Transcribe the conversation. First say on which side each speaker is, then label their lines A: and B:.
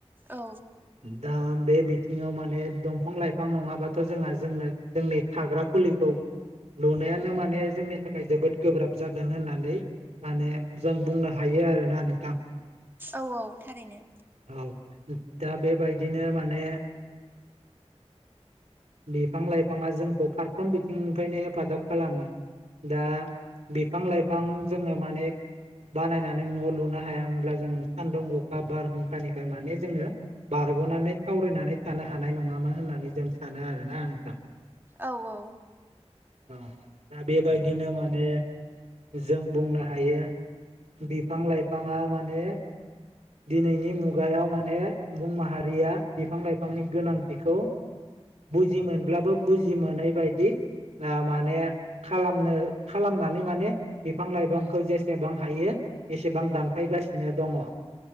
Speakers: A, on the right; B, on the right.
A: औ
B: दा। बे बिथिङाव माने दंफां लाइफां नङाबाथ' जोंहा जोंनो जोंनि थाग्रा खुलिखौ। लुनायानो माने जोंनि थाखाय जोबोद गोब्राब जागोन होननानै माने जों बुंनो हायो आरोना नोंथां।
A: औ औ थारैनो।
B: औ दा बेबायदिनो माने बिफां लाइफाङा जोंखौ फारफ्रोम बिथिंनिफ्रायनो हेफाजाब खालामो। दा बिफां लाइफां जोङो माने, बानायनानै न' लुनो हाया हब्ला जों सान्दुं अखा बारहुंखानिफ्राय माने जोङो बार बारग'नानै थावरिनानै थानो हानाय नङामोन होननानै जों सानो आरोना नोंथां।
A: औ औ
B: अ दा बे बायदिनो माने जों बुंनो हायो बिफां लाइफाङा माने दिनैनि मुगायाव माने सुबुं माहारिया बिफां लाइफांनि गोनांथिखौ। बुजि मोनब्लाबो बुजि मोनै बायदि। ओ-माने खालामनो खालामनानै माने बिफां लाइफांखौ जेसेबां हायो। एसेबां दानफायगासिनो दङ।